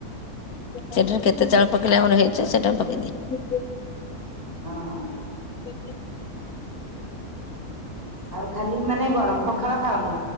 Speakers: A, on the left (about 75°); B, on the right (about 40°).
A: ସେଟାରେ କେତେ ଚାଉଳ ପକେଇଲେ ଆମର ହେଇଯାଏ ସେଟା ମୁଁ ପକେଇଦିଏ।
B: ହଁ
A: <inaudible>
B: ଆଉ ଖାଲି ମାନେ ଗରମ ପଖାଳ ଖାଅନି